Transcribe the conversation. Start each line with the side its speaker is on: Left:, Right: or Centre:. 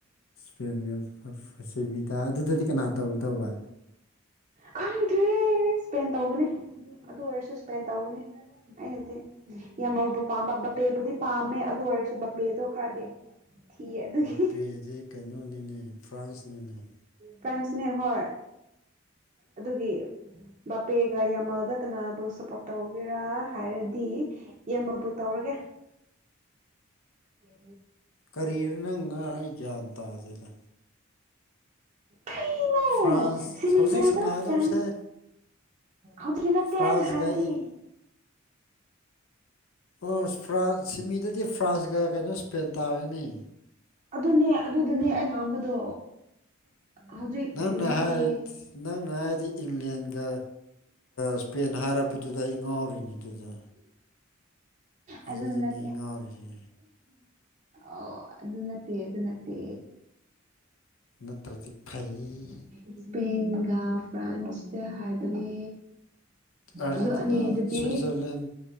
Left: ꯄꯦꯟꯒ ꯁꯦꯃꯤ ꯇ ꯑꯗꯨꯗꯗꯤ ꯀꯅꯥ ꯇꯧꯗꯧꯕ
Right: ꯈꯪꯗ꯭ꯔꯤ ꯏꯁꯄꯦꯟ ꯇꯧꯕꯅꯦ ꯑꯗꯨ ꯑꯣꯏꯔꯁꯨ ꯏꯁꯄꯦꯟ ꯇꯧꯒꯅꯤ ꯑꯩꯅꯗꯤ ꯌꯥꯝꯃꯕ ꯄꯝꯕ ꯕꯄꯦꯕꯨꯗꯤ ꯄꯥꯝꯃꯦ ꯑꯗꯨ ꯑꯣꯏꯔꯁꯨ ꯕꯄꯦꯗꯣ ꯈꯔꯗꯤ ꯊꯤꯌꯦ ꯑꯗꯨꯒꯤ
Left: ꯕꯄꯦꯗꯤ ꯀꯩꯅꯣꯅꯤꯅꯦ ꯐ꯭ꯔꯥꯟꯁꯅꯤꯅꯦ
Right: ꯐ꯭ꯔꯥꯟꯁꯅꯦ ꯍ ꯑꯗꯨꯒꯤ ꯕꯥꯄꯦꯒ ꯌꯥꯝꯃꯜꯗ ꯀꯅꯥꯕꯨ ꯁꯞꯄꯣꯔꯠ ꯇꯧꯒꯦꯔꯥ ꯍꯥꯏꯔꯗꯤ ꯌꯦꯡꯕꯕꯨ ꯇꯧꯔꯒꯦ ꯍ
Left: ꯀꯔꯤꯔ ꯅꯪ ꯉ ꯑꯩ ꯒ꯭ꯌꯥꯟ ꯇꯥꯗꯦꯗ
Right: ꯊꯩꯅꯣ
Left: ꯐ꯭ꯔꯥꯟꯁ
Right: ꯁꯦꯃꯤ
Left: ꯍꯧꯖꯤꯛ
Right: ꯐꯥꯏꯟꯜꯗ
Left: ꯁꯥꯟꯅꯒꯗꯕꯁꯦ
Right: ꯐ꯭ꯔꯥꯟꯁ ꯍꯧꯖꯤꯛꯀꯤ ꯅꯠꯇꯦ
Left: ꯐ꯭ꯔꯥꯟꯁꯒ
Right: ꯍꯥꯏꯅ ꯍꯥꯏꯕꯗꯤ
Left: ꯏꯪ ꯑꯣ ꯐꯥꯟ ꯁꯤꯃꯤꯗꯗꯤ ꯐ꯭ꯔꯥꯟꯁꯒ ꯀꯩꯅꯣ ꯁ꯭ꯄꯦꯟ ꯇꯥꯔꯒꯅꯤ
Right: ꯑꯗꯨꯅꯦ ꯑꯗꯨꯗꯨꯅꯦ ꯑꯩꯅ ꯑꯥꯡꯕꯗꯣ ꯍꯧꯖꯤꯛꯀꯤ
Left: ꯅꯪꯅ
Right: ꯅꯠꯇꯦ
Left: ꯍꯥꯏ ꯅꯪꯅ ꯍꯥꯏꯔꯗꯤ ꯏꯪꯂꯦꯟꯒ ꯏꯁꯄꯦꯟ ꯍꯥꯏꯔꯛꯄꯗꯨꯗ ꯑꯩ ꯉꯥꯎꯔꯤꯅꯤ ꯑꯗꯨꯗ
Right: ꯑꯗꯨ
Left: ꯑꯗꯨꯗꯅꯦ
Right: ꯅꯠꯇꯦ
Left: ꯑꯩ ꯉꯥꯎꯔꯤꯁꯦ
Right: ꯑꯣ ꯑꯗꯨ ꯅꯠꯇꯦ ꯑꯗꯨ ꯅꯠꯇꯦ
Left: ꯅꯠꯇ꯭ꯔꯗꯤ ꯐꯩ
Right: ꯏꯁꯄꯦꯟꯒ ꯐ꯭ꯔꯥꯟꯁꯇ ꯍꯥꯏꯕꯅꯦ
Left: ꯑꯔꯖꯦꯟꯇꯤꯅꯥ
Right: ꯑꯗꯨ ꯑꯅꯤꯗꯨꯗꯤ
Left: ꯁ꯭ꯋꯤꯖꯔꯂꯦꯟ